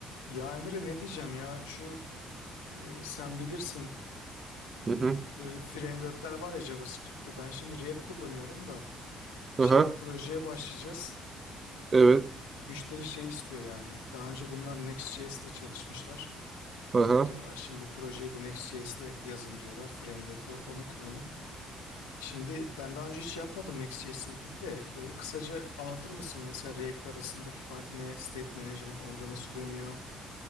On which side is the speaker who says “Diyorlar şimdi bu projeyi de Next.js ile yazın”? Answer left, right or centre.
Left